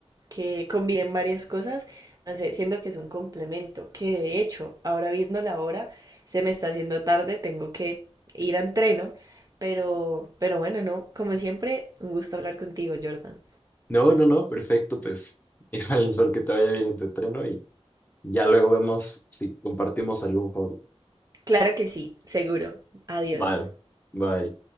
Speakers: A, on the right; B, on the left.
A: que combinen varias cosas, no sé, siento que es un complemento, que de hecho, ahora viendo la hora, se me está haciendo tarde, tengo que ir a entreno, pero, pero bueno, no, como siempre, un gusto hablar contigo, Jordan.
B: No, no, no, perfecto, pues <laughs> igual espero que te vaya bien en tu entreno y ya luego vemos si compartimos algún hobby.
A: Claro que sí, seguro. Adiós.
B: Vale, bye.